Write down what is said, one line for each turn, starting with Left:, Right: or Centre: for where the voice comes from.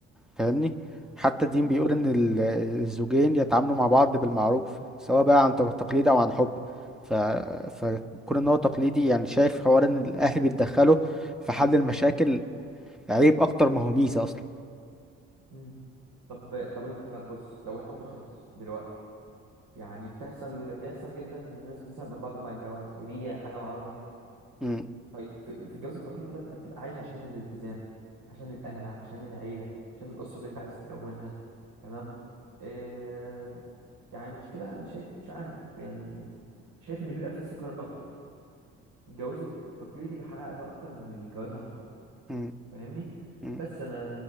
Centre: فاهمني حتى الدين
Right: مم.
Centre: بيقول ان ال- الزوجين يتعاملوا مع بعض بالمعروف سواء بقى عن ت- تقليد او عن حب ف... فكون ان هو تقليدي يعني شايف حوار ان الاهل بيتدخلوا في حل المشاكل عيب اكتر ما هو ميزة اصلا
Right: مم. طب طب أنت طب بص لو الحب خلص دلوقتي يعني بتحصل بيحصل جدا إن الناس بتزهق من بعض مع الجواز ودي حاجة معروفة جدا
Centre: م-
Right: طيب في في الجواز التقليدي بقى انت بتبقى عايش عشان الالتزام عشان الاهل عشان العيله عشان الاسره اللي انت عايز تكونها تمام آه يعني المشكله انا شايف مش عارف يعني شايف ان بيبقى فيه استقرار اكتر الجواز الت- التقليدي بيحقق ده اكتر من الجواز عن حب
Centre: م-
Right: فاهمني
Centre: م.
Right: بس انا